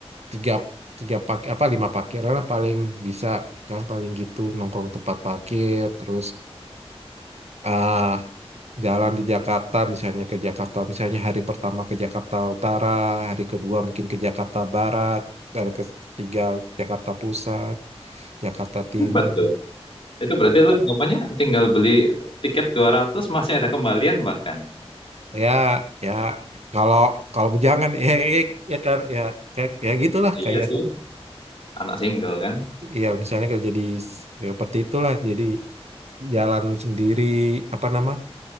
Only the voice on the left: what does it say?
hebat tuh. Itu berarti lo anggapannya tinggal beli tiket 200 masih ada kembalian bahkan.
Iya
sih, anak single kan.